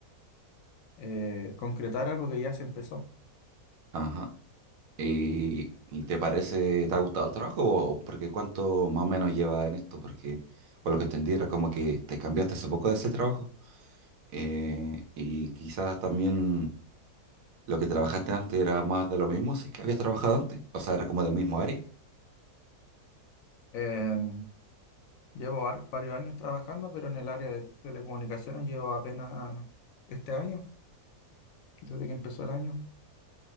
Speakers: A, on the left; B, on the right.
A: eh, concretar algo que ya se empezó.
B: Ajá. ¿Y y te parece, te ha gustado el trabajo? o- Porque cuánto más o menos lleva en esto, porque por lo que entendí era como que te cambiaste hace poco de ese trabajo. eh, y quizás también lo que trabajaste antes era más de lo mismo, si es que habías trabajado antes. O sea, era como del mismo área.
A: Em, llevo var- varios años trabajando, pero en el área de telecomunicaciones llevo apenas este año. desde que empezó el año